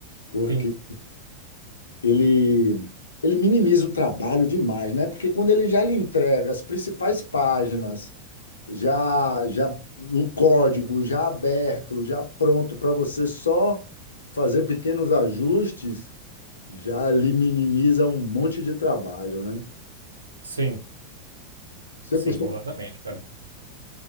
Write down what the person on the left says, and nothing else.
porque
ele ele minimiza o trabalho demais, né? Porque quando ele já lhe entrega as principais páginas, já já um código já aberto, já pronto para você só fazer pequenos ajustes, já lhe minimiza um monte de trabalho, né?
Você
costuma,